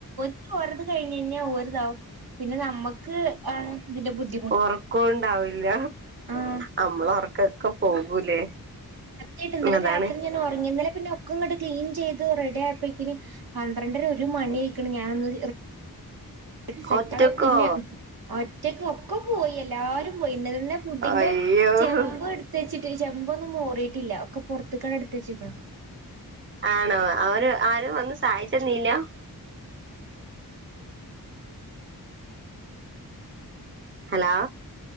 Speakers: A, on the right; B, on the right.
A: വെറത് കഴിഞ്ഞ് കഴിഞ്ഞാൽ വറുതാവും പിന്നെ നമ്മുക്ക് ആഹ് ഇതിന്റെ ബുധി
B: ഉറക്കംണ്ടാവില്ല
A: ആഹ്
B: നമ്മള ഉറക്കൊക്കെ പോകൂലേ
A: സത്യായിട്ട് ഇന്നലെ
B: അതാണ്
A: രാത്രി ഞാൻ ഉറങ്ങി ഇന്നലെ പിന്നെ ഒക്കെ ഇങ്ങോട്ട് ക്ലീൻ ചെയ്ത് റെഡി ആപ്പോക്കിന് പന്ത്രണ്ടര ഒരു മണി ആയിക്കണ് ഞാനൊന്ന് സെറ്റൾ
B: ഒറ്റക്കോ
A: പിന്നെ ഒറ്റക്ക് ഒക്കെ പോയി എല്ലാരും പോയി ഇന്നല തന്നെ ഫുഡിന്റെ
B: അയ്യോ
A: ചെമ്പ് എടു തെച്ചിട്ട് ചെമ്പൊന്നും മോറിയിട്ടില്ല ഒക്കെ പുറത്ത് കണ എടുത്ത് വച്ചക്കണം
B: ആണോ അവര് ആരും വന്ന് സഹായിച്ചനീല ഹലോ